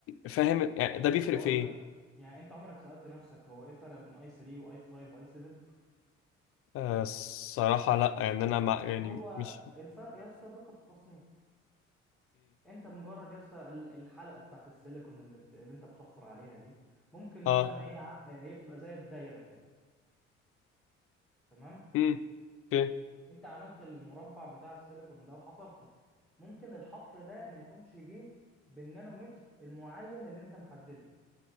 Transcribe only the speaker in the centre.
هقول
لك يعني انت عمرك سألت نفسك هو ايه الفرق بين اي 3 واي 5 واي 7
هو
الفرق يا اسطى دقة التصنيع انت مجرد يا اسطى ال- الحلقة بتاعت السيليكون اللي, بت... اللي انت بتحفر عليها دي ممكن
مثلا هي ع- هي بتبقى زي الدايرة كده تمام
انت عملت المربع بتاع السيليكون ده وحفرته ممكن الحفر ده ما يكونش جه بالنانومتر المعين اللي انت محدده